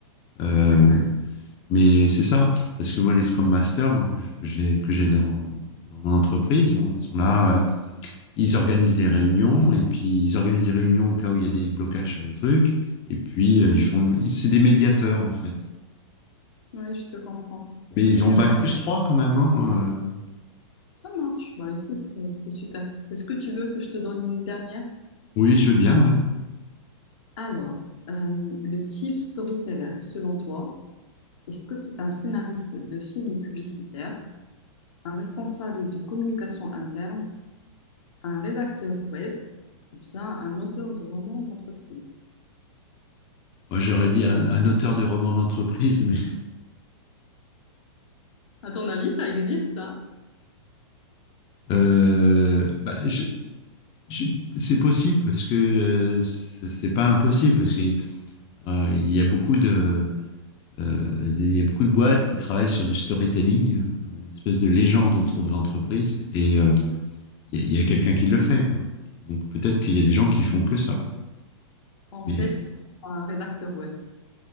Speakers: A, on the left (about 30°); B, on the left (about 75°).
A: Euh,
B: Ouais,
A: mais c'est ça, parce que moi, les Scrum Masters, moi, que je- que j'ai, que j'ai dans, dans mon entreprise, bon, ils sont là, euh, ils organisent les réunions, et puis ils organisent les réunions au cas où il y a des blocages sur des trucs, et puis euh, ils font, ils- c'est des médiateurs, en fait.
B: ouais, je te comprends.
A: Mais ils
B: Et
A: ont bac
B: euh,
A: plus trois quand même, hein, euh.
B: ça marche. Bah, écoute, c'est, c'est super. Est-ce que tu veux que je te donne une dernière?
A: Oui, je veux bien, ouais.
B: Alors, euh, le chief storyteller, selon toi, est-ce que c'est un scénariste de film publicitaire? un responsable de communication interne, un rédacteur web ou bien un auteur de romans d'entreprise.
A: Moi, j'aurais dit un, un auteur de roman d'entreprise, mais
B: À ton avis, ça existe ça?
A: euh, bah, je- je- c'est possible parce que euh, c'est c'est pas impossible parce qu'il y a beaucoup de Euh, il y a beaucoup de boîtes qui travaillent sur du storytelling, euh, une espèce de légende autour de l'entreprise, et euh, il y a, il y a quelqu'un qui le fait, quoi. Donc peut-être qu'il y a des gens qui font que ça.
B: En
A: Mais
B: fait,
A: euh,
B: c'est pas un rédacteur web.